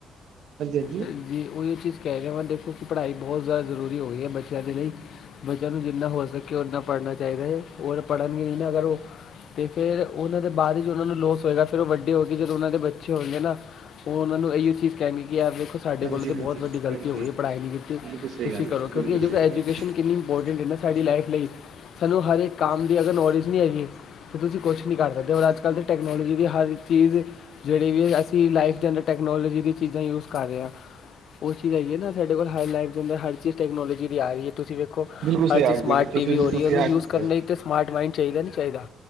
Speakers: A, on the right; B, on the left.
A: ਹਾਂਜੀ-ਹਾਂਜੀ,
B: ਹਾਂਜੀ ਓਈ ਕੇ ਗਿਆ ਵਾ ਦੇਖੋ ਕਿ ਪੜਾਈ ਬੋਹ ਜ਼ਾਅਦਾ ਜ਼ਰੂਰੀ ਹੋ ਗਈ ਐ, ਬੱਚੇਆਂ ਦੇ ਲਈ ਬੱਚੇਆਂ ਨੂੰ ਜਿੰਨਾ ਹੋ ਸਕੇ ਓਨਾ ਪੜਨਾ ਚਾਈਦਾ ਐ ਓ ਪੜਨਗੇ ਨਈਂ ਨਾ ਅਗਰ ਓ ਤੇ ਫੇਰ ਓਨਾਂ ਦੇ ਬਾਦ ਵਿੱਚ ਓਨਾਂ ਨੂੰ ਲੋਸ ਹੋਏਗਾ ਫਿਰ ਓ ਵੱਡੇ ਹੋ ਕੇ ਜਦੋਂ ਓਨਾਂ ਦੇ ਬੱਚੇ ਹੋਨਗੇ ਨਾ ਓ ਓਨਾਂ ਨੂੰ ਏਓ ਚੀਜ਼ ਕੈਨਗੇ ਕਿ ਆਪ ਸਾਡੇ
A: ਹਾਂਜੀ-ਹਾਂਜੀ,
B: ਕੋਲ ਤੇ ਬੋਤ ਵੱਡੀ
A: ਹਾਂਜੀ
B: ਗਲਤੀ
A: ਹਾਂਜੀ
B: ਹੋ ਗਈ
A: ਹਾਂਜੀ
B: ਏ ਪੜਾਈ ਨਈਂ ਕੀਤੀ
A: ਬਿਲਕੁਲ ਸਹੀ
B: ਤੁਸੀਂ
A: ਗੱਲ
B: ਕਰੋ
A: ਹੈ
B: ਕਿਉਂਕਿ
A: ਬਿਲਕੁਲ
B: ਦੇਖੋ
A: ਸਹੀ।
B: ਐਜੂਕੇਸ਼ਨ ਕਿੰਨੀ ਇੰਪੋਟੈਂਟ ਐ ਨਾ ਸਾਡੀ ਲਾਈਫ ਲਈ ਸਾਨੂੰ ਹਰ ਇੱਕ ਕੰਮ ਦੀ ਅਗਰ ਨੌਲੇਜ ਨੀ ਐਗੀ ਤਾਂ ਤੁਸੀਂ ਕੁਛ ਨੀ ਕਰ ਸਕਦੇ ਔਰ ਅੱਜ-ਕੱਲ ਤਾਂ ਟੈਕਨੋਲੋਜੀ ਵੀ ਹਰ ਚੀਜ ਜ਼ੇੜੀ ਵੀ ਅਸੀਂ ਲਾਈਫ ਤਾਨੂੰ ਟੈਕਨੋਲੋਜੀ ਦੀ ਚੀਜ਼ਾਂ ਯੂਜ ਕਰ ਰੇਆ ਓ ਚੀਜ਼ ਐਗੀ ਐ ਨਾ ਸਾਡੇ ਕੋਲ ਹਰ ਲਾਈਫ ਦੇ ਅੰਦਰ ਹਰ ਚੀਜ਼ ਟੈਕਨੋਲੋਜੀ ਦੀ ਆ ਰਈ ਐ ਤੁਸੀਂ ਵੇਖੋ
A: ਬਿਲਕੁਲ ਸਹੀ
B: ਹਰ ਚੀਜ਼
A: ਆਖਦੇ
B: ਸਮਾਰਟ
A: ਪਏ ਤੁਸੀਂ
B: ਟੀ ਵੀ
A: ਬਿਲਕੁਲ
B: ਹੋ ਰਈ
A: ਸਹੀ
B: ਆ ਓਨੂੰ
A: ਆਖਦੇ
B: ਯੂਜ ਕਰਨ ਲਈ ਸਮਾਰਟ ਮਾਈਂਡ ਚਾਈਦਾ ਨੀ ਚਾਈਦਾ।